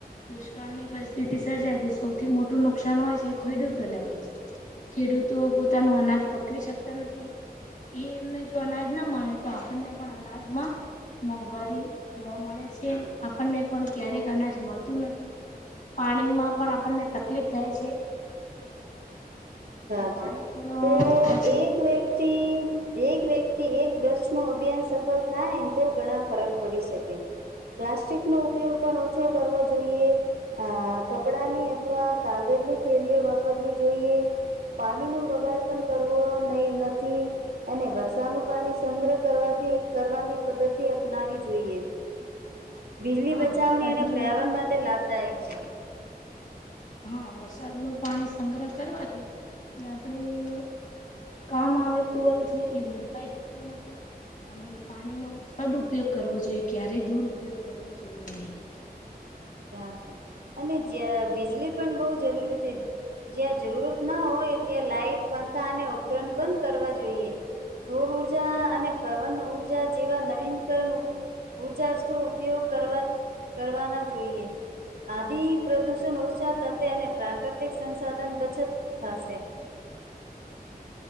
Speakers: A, on the left; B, on the right.
A: દુષ્કાળની પરિસ્થિતિ સર્જાય તે સૌથી મોટું નુકસાન હોય છે એ ખેડૂતોને હોય છે. ખેડૂતો પોતાનું અનાજ પકવી શકતા નથી એ એમને જો અનાજ ના મળે તો આપણને પણ અનાજમાં મોંઘવારી જોવા મળે છે આપણને પણ ક્યારેક અનાજ મળતું નથી. પાણીમાં પણ આપણને તકલીફ થાય છે.
B: સાચું,
A: તો પાણી પણ
B: તો
A: પછી
B: એક વ્યક્તિ એક વ્યક્તિ એક વૃક્ષનો અભિયાન સફળ થાયને તો ઘણા ફરક પડી શકે. પ્લાસ્ટિકનો ઉપયોગ પણ ઓછો કરવો જોઈએ. આ કપડાની અથવા કાગળની થેલીઓ વાપરવી જોઈએ. પાણી નો બગાડ પણ કરવો નય નથી. અને વરષાનું પાણી સંગ્રહ કરવાથી કરવાની પદ્ધતિ અપનાવી જોઈએ. બીજલી
A: હા
B: બચાવણી
A: વરસાદનું
B: અને પર્યાવરણ માટે લાભદાયક છે.
A: હા, વરસાદ નું પાણી સંગ્રહ કરવાથી એ આપણેે કામ આવેતું હોય છે એ વેડફાઈ જતું નથી. અને પાણીનો સદઉપયોગ કરવો જોઈએ કયારે દુર ઉપયોગ કરવો જોઈએ નહીં.
B: સાચું અને જ્યાં બીજલી પણ બહુ જરૂરી તે જ્યાં જરૂરત ના હોય ત્યાં લાઈટ, પંખા અને ઉપકરણ બંધ કરવા જોઈએ. સૌર ઊર્જા અને પવન ઊર્જા જેવા નવીનકરણ ઉર્જા સ્ત્રોત ઉપયોગ કરવા કરવા ના જોઈએ. આધિ પ્રદૂષણ ઓછા થશે અને પ્રાકૃતિક સંસાધન બચત થાશે.